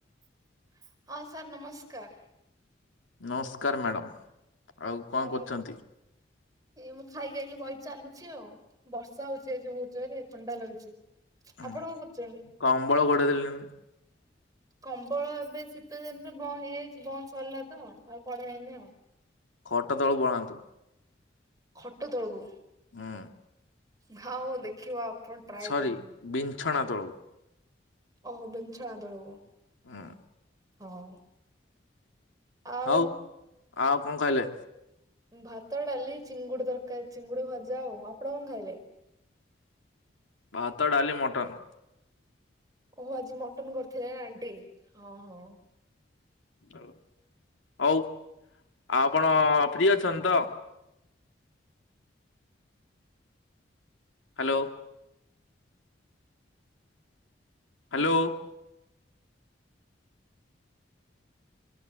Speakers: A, on the right (about 20°); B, on the left (about 85°).
A: <inaudible> ହଁ ସାର୍ ନମସ୍କାର।
B: ନମସ୍କାର ମ୍ୟାଡ଼ାମ। <inaudible> ଆଉ କଣ
A: ହଁ
B: କରୁଛନ୍ତି?
A: ଏ ମୁଁ ଖାଇକି ଆଇଲି ବହି ଚାଲୁଛି ଆଉ ।ବର୍ଷା ହଉଛି ଏ ଯୋଉ ଜୋରେ ଥଣ୍ଡା ଲାଗୁଛି।
B: ହୁଁ
A: ଆପଣ କଣ କରୁଛନ୍ତି?
B: କମ୍ବଳ ଘୋଡେଇ ଦେଲେଣି।
A: କମ୍ବଳ ଏବେ ଶୀତ ଦିନରେ ବନ୍ଦ ହେଇଯାଇଛି। ବନ୍ଦ ସରିଲା ତ ଆଉ କଢେଇ ହେଇନି ଆଉ।
B: ଖଟ ତଳକୁ ପଳାନ୍ତୁ।
A: ଖଟ ତଳକୁ?
B: ହୁଁ
A: ନାଁ ଦେଖିବା ଆପଣ ଟ୍ରାଏ
B: ସରି
A: କରିବୁ।
B: ବିଛଣା ତଳକୁ
A: ଓହୋ ବିନଛଣା ତଳକୁ।
B: ହୁଁ।
A: ହଉ। ଆଉ
B: ହଉ ଆଉ କଣ ଖାଇଲେ?
A: ଭାତ, ଡାଲି, ଚିଙ୍ଗୁଡି ତରକାରି, ଚିଙ୍ଗୁଡି ଭଜା। ଆଉ ଆପଣ କଣ ଖାଇଲେ?
B: ଭାତ, ଡାଲି, ମଟନ୍।
A: ଓହୋ ଆଜି ମଟନ କରିଥିଲେ ଆଣ୍ଟି। ଓ ହୋ।
B: ହ ହଉ। ଆ ଆପଣ ଫ୍ରି ଅଛନ୍ତି ତ? Hello hello